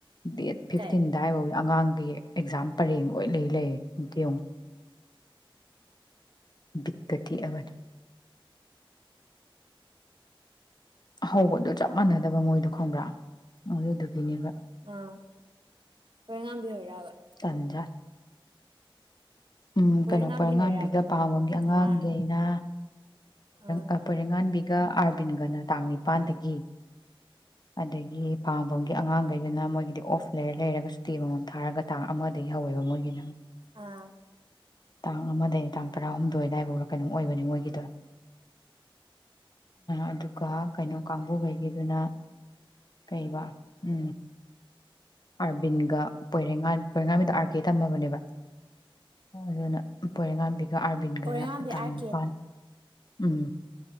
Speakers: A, on the left; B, on the right.
A: ꯗꯦꯠ ꯐꯤꯐꯇꯤꯟꯗꯥꯏꯦ
B: ꯀꯩ
A: ꯑꯉꯥꯡꯒꯤ ꯑꯦꯛꯖꯥꯝ ꯄꯔꯦꯡ ꯂꯣꯏ ꯂꯩ ꯂꯩꯔꯦ ꯑꯃꯇꯪ ꯌꯦꯡꯉꯣ ꯕꯤꯠꯀꯥ ꯇꯦꯛꯑꯥꯕꯅꯤ ꯍꯧꯕꯗꯨꯣ ꯆꯞ ꯃꯥꯟꯅꯗꯕ ꯃꯣꯏꯗꯣ ꯈꯪꯕ꯭ꯔꯥ ꯑꯗꯨꯗꯨꯒꯤꯅꯦꯕ
B: ꯑꯥ ꯍꯣꯏ ꯉꯥꯝꯕꯤꯍꯔꯕ
A: ꯇꯟꯖꯥꯠ ꯎꯝ
B: ꯄꯣꯏꯔꯩꯉꯥꯝꯕꯤ
A: ꯀꯩꯅꯣ ꯄꯔꯉꯥꯝꯕꯤꯒ
B: ꯍꯣꯏꯔꯕ
A: ꯄꯥꯝꯕꯝꯒꯤ ꯑꯉꯥꯡꯈꯩꯅ
B: ꯑꯥ ꯑꯥ
A: ꯔ ꯄꯔꯉꯥꯟ ꯒ ꯑꯥꯔꯕꯤꯟꯒꯅ ꯇꯥꯡ ꯅꯤꯄꯥꯟꯗꯒꯤ ꯑꯗꯒꯤ ꯄꯥꯝꯕꯝꯒꯤ ꯑꯉꯥꯡꯈꯩꯗꯅ ꯃꯣꯏꯒꯤꯗꯤ ꯑꯣꯐ ꯂꯦꯌꯔ ꯂꯩꯔꯒ ꯁꯨꯇꯤ ꯃꯃꯝ ꯊꯥꯔꯒ ꯇꯥꯡ ꯑꯃꯗꯒꯤ ꯍꯧꯋꯦꯕ ꯃꯣꯏꯒꯤꯅ
B: ꯑꯥ
A: ꯇꯥꯡ ꯑꯃꯗꯒꯤꯅꯤ ꯇꯥꯡ ꯇꯔꯥꯍꯨꯝꯗꯣꯏ ꯑꯗꯨꯋꯥꯏꯐꯥꯎꯗ ꯀꯩꯅꯣꯝ ꯑꯣꯏꯕꯅꯤ ꯃꯣꯏꯒꯤꯗꯣ ꯑꯗꯨꯒ ꯀꯩꯅꯣ ꯀꯥꯡꯕꯨꯈꯩꯒꯤꯗꯨꯅ ꯀꯩꯕ ꯎ ꯑꯥꯔꯕꯤꯟꯒ ꯄꯣꯏꯔ ꯄꯣꯏꯔꯦꯡꯉꯥꯕꯤꯗ ꯑꯥꯔ ꯀꯦ ꯇꯝꯃꯕꯅꯦꯕ ꯑꯗꯨꯅ ꯄꯣꯏꯔꯦꯡꯉꯥꯟꯕꯤ ꯑꯗꯨꯒ ꯑꯥꯔꯕꯤꯟꯒꯅ
B: ꯄꯣꯏꯔꯩꯉꯥꯝꯕꯤ
A: ꯇꯥꯡ
B: ꯑꯥꯔ
A: ꯅꯤꯄꯥꯜ ꯎꯝ